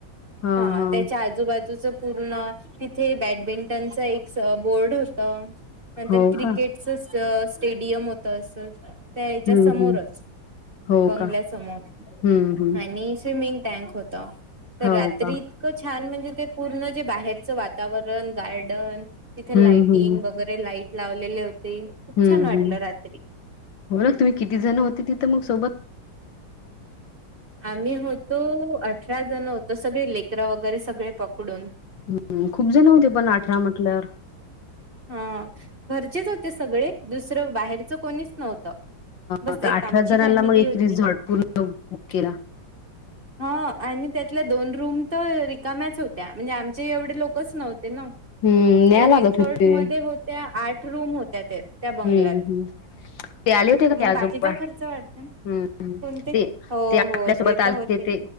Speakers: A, on the left (about 75°); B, on the right (about 30°).
A: हा
B: ह
A: हा
B: त्याच आजुबाजु‌ बाजूच पूर्ण तिथे बॅडमिंटनच एक स बोर्ड होत‌. नंतर
A: हो
B: क्रिकेटच
A: का
B: स्ट स्टेडियम होत असच. त्या याच्या
A: हम्म
B: समोरच
A: हम्म हो
B: बंगल्यासमोर
A: का हम्म हम्म
B: आणि स्विमिंग टॅक होत तर
A: हो
B: रात्री
A: का
B: इतकं छान म्हणजे ते पूर्ण. बाहेरच वातावरण गार्डन तिथे
A: हम्म
B: लायटिंग
A: हम्म
B: वगैरे, लाईट लावलेले होते खूप
A: हम्म
B: छान वाटलं
A: हम्म
B: रात्री
A: बर त तुम्ही किती जण होते तिथं मग सोबत.
B: आम्ही होतो अठरा जण होतो सगळे लेकरं वगैरे सगळे पकडून
A: हम्म हम्म खूप जण होते पण अठरा म्हटल्यावर
B: हम घरचेच होते सगळे दुसरं बाहेरचं कोणीच नव्ह त बस
A: आता
B: एक
A: अठरा
B: आमची
A: जणांना
B: फॅमिली
A: मग एक
B: होती.
A: रिझॉर्ट पूर्ण बुक केला.
B: हा. आणि त्यातल दोन रूम त रिकाम्या च होत्या म्हणजे आमचे एवढे लोकच नव्ह तेन
A: हम्म न्याय
B: ते रिसॉर्ट
A: लागत होते.
B: मध्ये होत्या आठ रूम होत्या. त्या-त्या त्या बंगलात.
A: हम्म हम्म ते आले होते का ते
B: मग
A: आजोबा
B: बाकीचा खर्च वाढत
A: हम्म
B: कोणते
A: ते
B: हो.
A: ते आपल्यासोबत
B: हो ते तिथे
A: आलते
B: होते
A: ते